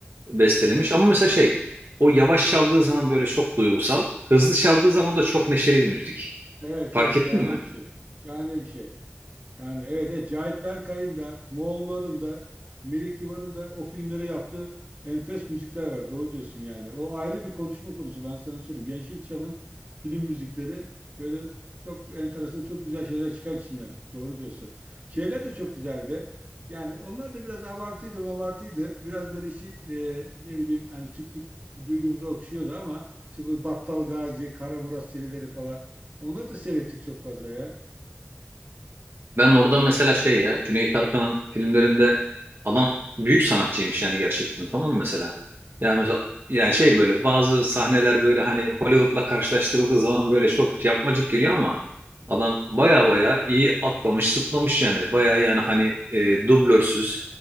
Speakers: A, on the right; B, on the right.
A: bestelemiş. Ama mesela şey, o yavaş çaldığı zaman böyle çok duygusal, hızlı çaldığı zaman da çok neşeli bir müzik.
B: Evet
A: Fark
B: evet şahane
A: ettin mi?
B: bir şey. Şahane bir şey. Yani evet, evet Cahit Berkay'ın da Moğolların da Melih Kibar'ın da o filmlere yaptığı enfes müzikler var. Doğru diyorsun yani. O ayrı bir konuşma konusu ben sana söyleyeyim. Yeşilçam'ın film müzikleri böyle çok enteresan, çok güzel şeyler çıkar içinden. Doğru diyorsun. Şeyler de çok güzeldi. Yani onlar da biraz abartıydı, abartıydı. Biraz böyle işte e, ne bileyim hani Türklük duygumuzu okşuyordu ama işte bu Battal Gazi, Kara Murat serileri falan. Onları da seyrettik çok fazla ya.
A: Ben orada mesela şey ya Cüneyt Arkın'ın filmlerinde adam büyük sanatçıymış yani gerçekten tamam mı mesela? Yani mesela yani şey böyle bazı sahneler böyle hani Hollywood'la karşılaştırıldığı zaman böyle çok yapmacık geliyor ama adam baya baya iyi atlamış zıplamış yani baya yani hani e, dublörsüz